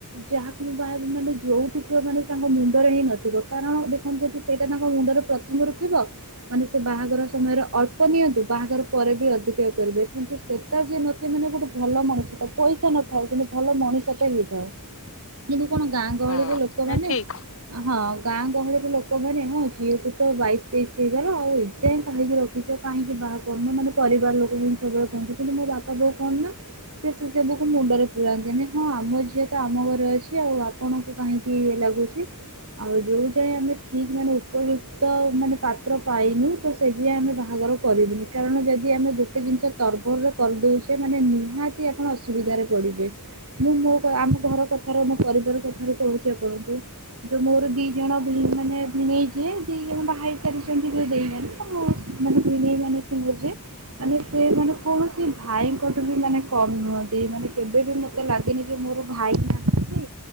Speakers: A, on the right; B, on the left.
A: ଯାହାକୁ ମୁଁ ବାହାହେବି ମାନେ ଯଉତିକ ମାନେ ତାଙ୍କ ମୁଣ୍ଡରେହିଁ ନଥିବ କାରଣ ଦେଖନ୍ତୁ ଯଦି ସେଇଟା ତାଙ୍କ ମୁଣ୍ଡରେ ରେ ଥିବ ମାନେସେ ବାହାଘର ସମୟରେ ଅଳ୍ପ ନିଅନ୍ତୁ ବାହାଘର ପରେବି ଅଧିକା କରିବେ କିନ୍ତୁ ସେଟା ଯିଏ ନଥିବ ମାନେ ଗୋଟେ ଭଲ ମଣିଷ ତା ପଇସା ନଥାଉ କିନ୍ତୁ ଭଲ ମଣିଷଟେ ହେଇଥାଉ କିନ୍ତୁ କଣ ଗାଁ ଗହଳି
B: ହୁଁ
A: ଲୋକମାନେ
B: ନାଇଁ ଠିକ
A: ହଁ ଗାଁ ଗହଳିରେ ଲୋକମାନେ ହଁ ଝିଅକୁତ ବାଇଶି ତେଇଶି ହେଇଗଲା ଆଉ ଏଯାଏଁ କାହିଁକି ର ଏଜାଏ କାହିଁକି ବାହା କରୁନ ମାନେ ପରିବାର ଲୋକବି ସବୁବେଳେ କହୁନ୍ତି କିନ୍ତୁ ମୋ ବାପା ବୋଉ କଣ ନା ସେ ସେ ସେବୁକୁ ମୁଣ୍ଡରେ ପୁରାନ୍ତିନି ହଁ ଆମ ଝିଅତ ଆମ ଘରେ ଅଛି ଆଉ ଆପଣଙ୍କୁ କାହିଁକି ଇଏ ଲାଗୁଚି। ଆଉ ଯଉଁ ଯାଏ ଆମେ ଠିକ୍ ମାନେ ଉପଯୁକ୍ତ ମାନେ ପାତ୍ର ପାଇନୁତ ସେଯାଏ ଆମେ ବାହାଘର କରିବୁନି କାରଣ ଯଦି ଆମେ ଗୋଟେ ଜିନିଷ ତରବରରେ କରିଦଉଛେ ମାନେ ନିହା ତି ଆପଣ ଅସୁବିଧାରେ ପଡ଼ିବେ। ମୁଁ ମୋ ଆମ ଘର କଥାରୁ ମୋ ପରିବାର କଥାରୁ କହୁଚି ଆପଣଙ୍କୁ ଯୋଉ ମୋର ଦି ଜଣ ମାନେ ଭିଣେଇ ଯିଏ ଦି ଜଣ ବାହାହେଇ ସାରିଛନ୍ତି ଯୋଉ ଦେଇ ମାନେ ମାନେ ଭିଣେଇ ମାନେ ମୋର ଯିଏ ମାନେ ସେ କୌଣସି ଭାଇଙ୍କଠୁ ବି ମାନେ କମ ନୁହନ୍ତି ମାନେ କେବେ ବି ମତେ ଲାଗେନି ଯେ ମୋର ଭାଇ ନାହାନ୍ତି